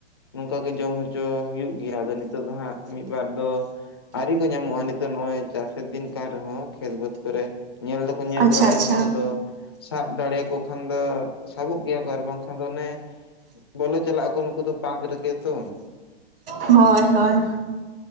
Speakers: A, on the left (about 25°); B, on the right (about 55°).
A: ᱱᱚᱝᱠᱟ ᱜᱮ ᱡᱚᱢ ᱦᱚᱪᱚ ᱦᱩᱭᱩᱜ ᱜᱮᱭᱟ ᱟᱫᱚ ᱱᱤᱛᱚᱜ ᱫᱚ ᱦᱟᱸᱜ ᱢᱤᱜᱵᱟᱨ ᱫᱚ᱾ ᱟᱣᱨᱤ ᱠᱚ ᱧᱟᱢᱚᱜ-ᱟ ᱱᱤᱛᱚᱜ ᱱᱚᱜᱚᱭ ᱪᱟᱥᱮᱨ ᱫᱤᱱ ᱠᱟᱱ ᱨᱮᱦᱚᱸ ᱠᱷᱮᱛ ᱵᱟᱹᱫᱽ ᱠᱚᱨᱮ ᱧᱮᱞ ᱫᱚ᱾ ᱧᱮᱞ
B: ᱟᱪᱪᱷᱟ
A: ᱵᱟᱲᱟᱭᱮᱱ
B: ᱟᱪᱪᱷᱟ
A: ᱜᱮᱭᱟ ᱟᱫᱚ ᱥᱟᱵ ᱫᱟᱲᱮᱭᱟᱠᱚ᱾ ᱠᱷᱟᱱ ᱫᱚ ᱥᱟᱵᱚᱜ ᱜᱮᱭᱟ ᱠᱚ ᱟᱨ ᱵᱟᱝᱠᱷᱟᱱ ᱫᱚ ᱚᱱᱮ᱾ ᱵᱚᱞᱚ ᱪᱟᱞᱟᱜ ᱟᱠᱚ ᱱᱩᱠᱩ ᱫᱚ ᱯᱟᱸᱠ ᱨᱮᱜᱮ ᱛᱚ᱾
B: ᱦᱳᱭ ᱦᱳᱭ᱾